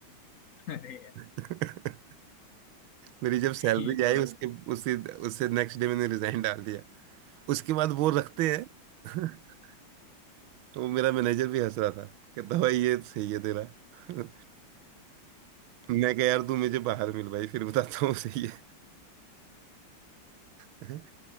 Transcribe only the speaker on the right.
<laughs> मेरी जब सैलरी
आई
उसके उसी उससे नेक्स्ट डे मैंने रिजाइन डाल दिया उसके बाद वो रखते हैं <laughs> वो मेरा मैनेजर भी हंस रहा था कहता भाई ये सही है तेरा <laughs> मैं कह यार तू मुझे बाहर मिल भाई फिर बताता हूँ सही है <laughs>